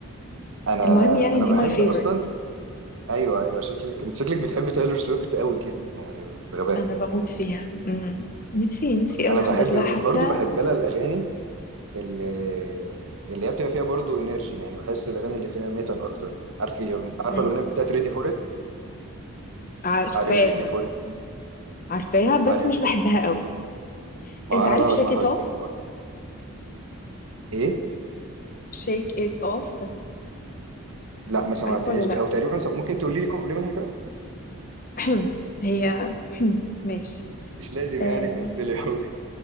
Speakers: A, on the right; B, on the left.
A: انا
B: المهم يعني
A: انا
B: دي
A: بحب
B: my favorite
A: اصلا ايوه ايوه شكلك انت شكلك بتحب تايلور سويفت قوي كده يعني بغباء
B: أنا بموت فيها مم. نفسي نفسي قوي
A: انا
B: أحضر
A: بحب
B: لها حفلة
A: برضو بحب لها الاغاني اللي اللي هي بتبقى فيها برضو انرجي يعني بحس الاغاني اللي فيها ميتال اكتر يعني عارف يغن... عارفه
B: مم.
A: الاغنيه بتاعت ريدي فور ات
B: عارفاها
A: ار يو ريدي فور ات
B: عارفاها بس
A: ار يو
B: مش بحبها
A: ريدي
B: قوي
A: ما
B: أنت عارف
A: انا بقى
B: shake
A: بسمعها
B: it
A: بالكلمه
B: off
A: برضه ايه
B: shake it off
A: لا ما سمعتهاش
B: عارفه ولا لأ
A: دي او تقريبا سم... ممكن تقولي لي كوبلي منها كده
B: <clears throat> هي <clears throat> ماشي
A: مش لازم
B: آه...
A: يعني تمثلي قوي